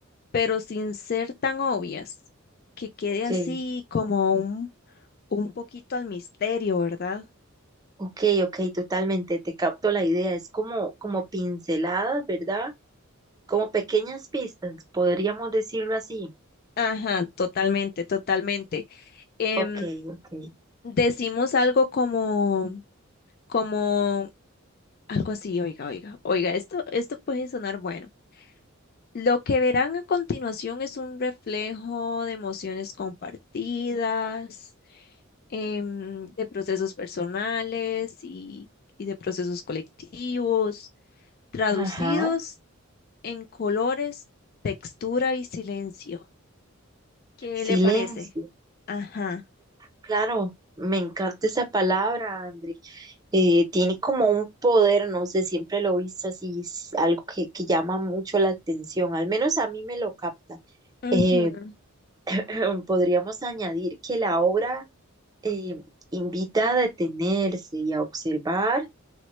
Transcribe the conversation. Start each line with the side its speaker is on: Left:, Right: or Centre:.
Left: pero sin ser tan obvias, que quede
Right: ok,
Left: así como un, un poquito al misterio, ¿verdad?
Right: ok, ok, totalmente. Te capto la idea. Es como, como pinceladas, ¿verdad? Como pequeñas pistas, podríamos decirlo así.
Left: Ajá, totalmente, totalmente. Em,
Right: Ok, ok.
Left: decimos algo como, como, algo así, oiga, oiga, oiga, esto, esto puede sonar bueno. Lo que verán a continuación es un reflejo de emociones compartidas, em, de procesos personales y, y de procesos colectivos, traducidos
Right: Ajá.
Left: en colores, textura y silencio. ¿Qué
Right: Silencio.
Left: le parece? Ajá.
Right: Claro, me encanta esa palabra, André. Eh, tiene como un poder, no sé, siempre lo he visto así, es algo que, que llama mucho la atención, al menos a mí me lo capta.
Left: Ujú,
Right: Eh, <clears throat> podríamos añadir que la obra eh, invita a detenerse y a observar,